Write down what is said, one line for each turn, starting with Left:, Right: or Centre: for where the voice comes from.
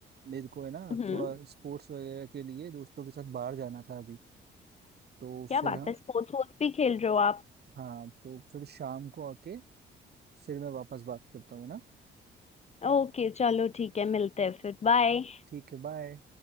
Right: मेरे को है ना
Left: हम्म
Right: थोड़ा स्पोर्ट्स वगैरह के लिए दोस्तों के साथ बाहर जाना था अभी तो
Left: क्या
Right: फिर
Left: बात
Right: हाँ
Left: है स्पोर्ट्स वोर्ट्स भी खेल रहे हो आप
Right: हाँ, तो फिर शाम को आके फिर मैं वापस बात करता हूँ ना
Left: ओके चलो ठीक है मिलते हैं फिर बाय
Right: ठीक है बाय